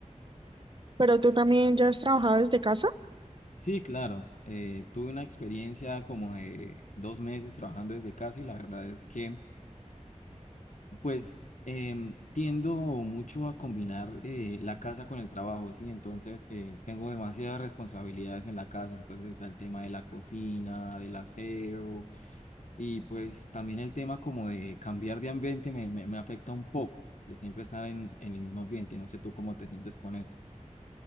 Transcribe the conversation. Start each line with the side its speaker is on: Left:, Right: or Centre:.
Right: Pero tú también ya has trabajado desde casa.
Left: Sí, claro, eh, tuve una experiencia como de dos meses trabajando desde casa y la verdad es que... Pues em, tiendo mucho a combinar eh, la casa con el trabajo, ¿sí? Entonces eh, tengo demasiadas responsabilidades en la casa, entonces está el tema de la cocina, del aseo y pues también el tema como de cambiar de ambiente me, me, me afecta un poco, de siempre estar en, en el mismo ambiente, no sé tú cómo te sientes con eso.